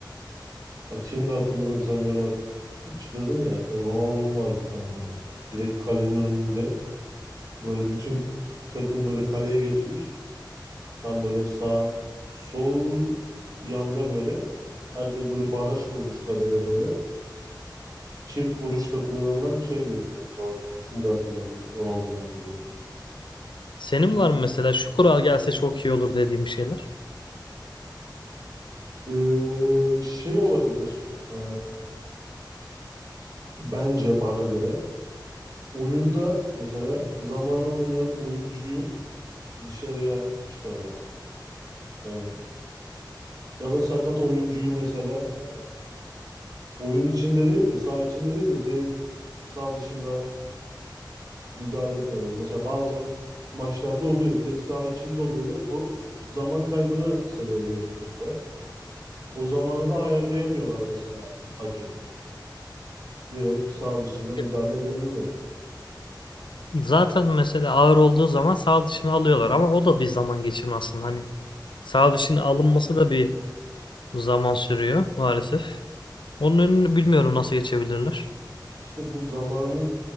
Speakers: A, on the right (about 50°); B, on the left (about 85°).
A: Bak şimdi hatırladım sen böyle açıkladın ya. Ronaldo'nun var bir tane böyle. Direkt kalenin önünde böyle bütün takım böyle kaleye geçmiş. Tam böyle sağ sol yanda böyle. Herkes böyle baraj kurmuş karede böyle. Çift vuruşla kullanılan şey diye biliyorum. Doğru. Şimdi hatırladım. Ronaldo'dan dolayı.
B: Senin var mı mesela şu kural gelse çok iyi olur dediğim bir şeyler?
A: Ee, şey olabilir. Ee, bence bana göre oyunda mesela zamana oynayan oyuncuyu dışarıya çıkarma. Yani ya da sakat oyuncuyu mesela e, oyun içinde değil de saha içinde değil de direkt saha dışında müdahale etmeleri. Mesela bazı maçlarda oluyor. Direkt saha içinde oluyor ve bu zaman kaybına sebebiyet veriyor. O zamanı da ayarlayamıyorlar mesela hakem. Direkt sağ dışında müdahale
B: E,
A: edebilirler.
B: Zaten mesela ağır olduğu zaman sağ dışını alıyorlar ama o da bir zaman geçirme aslında. Hani sağ dışının alınması da bir zaman sürüyor maalesef. Onun önünü bilmiyorum nasıl geçebilirler.
A: İşte bu zamanın